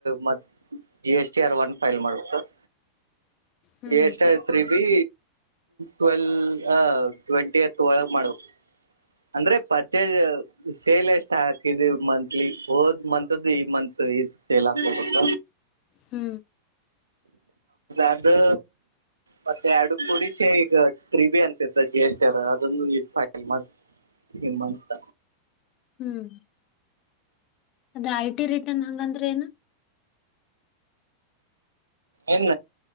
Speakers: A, on the right; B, on the left.
A: ಮತ್ ಜಿ ಎಸ್ ಚೇರ್ ಒನ್ ಫೈಲ್ ಮಾಡಬೇಕ ಸರ್.
B: ಹ್ಞೂ
A: ಎಷ್ಟಯತ್ರಿ ಬಿ. ಟ್ವೆಲ್ ಅ ಟ್ವೆಂಟಿ ಎತ್ ಒಳಗ್ ಮಾಡ್ಬೇಕು. ಅಂದ್ರೆ ಪರ್ಚೇಜ ಸೇಲ್ ಎಷ್ಟ ಹಾಕಿದ ಮಂತ್ಲಿ ಹೋದ ಮಂತ್್ದು ಈ ಮಂತ್ ಇದ ಸೇಲ್ ಹಾಕೋಬೇಕ.
B: ಹ್ಮ್
A: ಅದು ಮತ್ತೆ ಅರಡು ಕುಡಚೆ ಈಗ ಟ್ರಿಬಿ ಅಂತತ್ತ ಜಿ ಎಸ್ ಟಿ ಅದನ್ನು ಫೈಲ್. ನಿಮ್ಮನ್ತ
B: ಹ್ಮ್ ಅದ ಐ ಟಿ ರಿಟರ್ನ್ ಹಂಗಂದ್ರೆ ಏನು.
A: ಏನ್